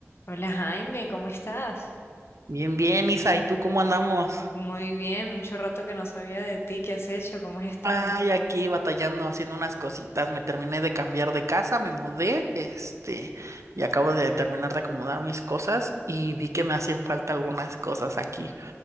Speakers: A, on the left (about 55°); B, on the right (about 75°).
A: Hola Jaime, ¿cómo estás?
B: Bien, bien, Isa, ¿y tú cómo andamos?
A: Muy bien, mucho rato que no sabía de ti, ¿qué has hecho? ¿Cómo has estado?
B: Ay, aquí batallando, haciendo unas cositas. Me terminé de cambiar de casa, me mudé, este, y acabo de terminar de acomodar mis cosas y vi que me hacen falta algunas cosas aquí.